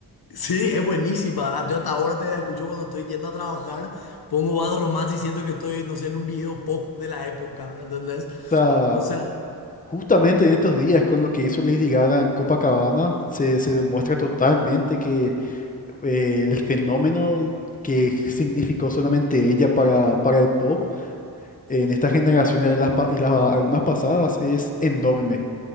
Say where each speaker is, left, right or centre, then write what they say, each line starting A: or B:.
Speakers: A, on the left; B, on the left.
A: sí, es buenísima. Yo hasta ahora te escucho cuando estoy yendo a trabajar, pongo Bad Romance y siento que estoy, no sé, en un video pop de la época, ¿entendés?
B: O sea,
A: O sea...
B: Justamente en estos días, con lo que hizo Lady Gaga en Copacabana, se, se demuestra totalmente que eh, el fenómeno que significó solamente ella para, para el pop en esta generación y las, pa- y las- algunas pasadas es enorme.